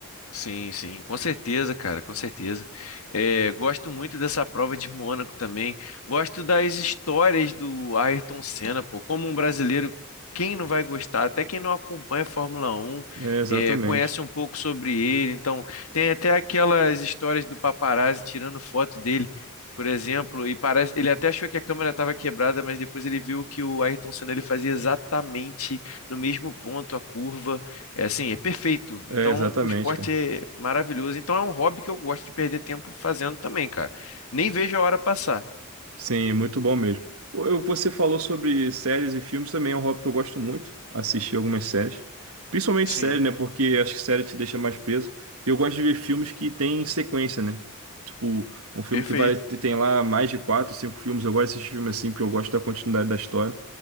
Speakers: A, on the left; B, on the right.
A: Sim, sim, com certeza, cara, com certeza. É, gosto muito dessa prova de Mônaco também. Gosto das histórias do Ayrton Senna, pô. Como um brasileiro, quem não vai gostar? Até quem não acompanha a Fórmula Um
B: É, exatamente.
A: é, conhece um pouco sobre ele. Então, tem até aquelas histórias do paparazzi tirando foto dele, por exemplo. E parece, ele até achou que a câmera estava quebrada, mas depois ele viu que o Ayrton Senna ele fazia exatamente no mesmo ponto a curva é assim, é perfeito.
B: É,
A: Então,
B: exatamente,
A: o esporte
B: cara.
A: é maravilhoso. Então, é um hobby que eu gosto de perder tempo fazendo também, cara. Nem vejo a hora passar.
B: Sim, muito bom mesmo. O- eu- Você falou sobre séries e filmes, também é um hobby que eu gosto muito, assistir algumas séries. Principalmente
A: Sim,
B: séries, né? Porque acho que série te deixa mais preso. E eu gosto de ver filmes que têm sequência, né? Tipo, um filme
A: perfeito.
B: que vai tem lá mais de quatro, cinco filmes. Eu gosto desse filme assim, porque eu gosto da continuidade da história,